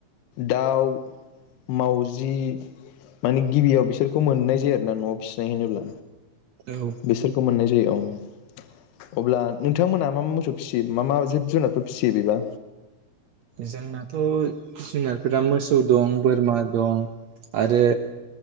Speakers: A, on the left; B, on the right.
A: दाउ, मावजि, माने गिबियाव बिसोरखौ मोननाय जायो आरो दा न'आव फिसिनाय होनोब्ला।
B: औ
A: बिसोरखौ मोननाय जायो औ। अब्ला नोंथांमोना मा फियो मा मा जिब जुनारफोर फिसियो बेबा?
B: जोंनाथ' जुनार फ्रा मोसौ दं, बोरमा दं आरो